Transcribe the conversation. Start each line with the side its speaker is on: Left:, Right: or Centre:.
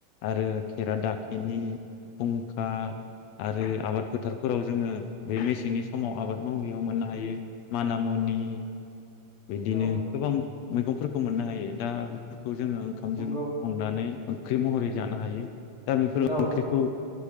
Left: आरो खेरा दाखलिनि फुंखा
Right: औ
Left: आरो आबाद फोथारफोराव जोङो बे मेसेंनि समाव आबाद मावनाययाव मोननो हायो माना मुनि नि बिदिनो
Right: औ
Left: गोबां मैगंफोरखौ मोननो हायो दा बेफोरखौ बेखौ जोङो ओंखामजों
Right: नंगौ
Left: संनानै ओंख्रि महरै जानो हायो दाबेफोर
Right: औ
Left: ओंख्रिखौ